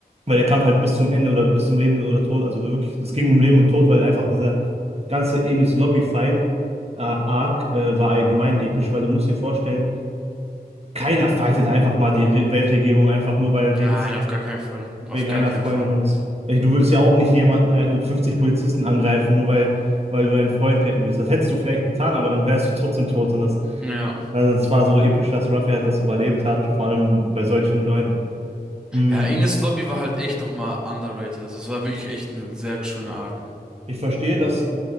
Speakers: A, on the right; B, in the centre.
A: weil der Kampf halt bis zum Ende oder bis zum Leben oder Tod, also wirklich, es ging um Leben und Tod, weil einfach dieser ganze Enis Lobby-Fight, äh, Arc, äh, war allgemein episch, weil du musst dir vorstellen, keiner fightet einfach mal die Re Weltregierung einfach nur, weil er
B: Nein,
A: denkt,
B: auf gar keinen Fall.
A: wegen
B: Auf gar
A: einer
B: keinen
A: Freundin
B: Fall.
A: und ey, du würdest ja auch nicht jemanden, äh, 50 Polizisten angreifen, nur weil, weil du einen Freund retten willst. Das hättest du vielleicht getan, aber dann wärst du trotzdem tot und das,
B: Ja.
A: also es war so episch, dass Ruffy halt das überlebt hat, vor allem bei solchen Leuten. Mm,
B: Ja, Ines Lobby war halt echt nochmal underrated. Also es war wirklich echt eine sehr schöne Arc.
A: Ich verstehe, dass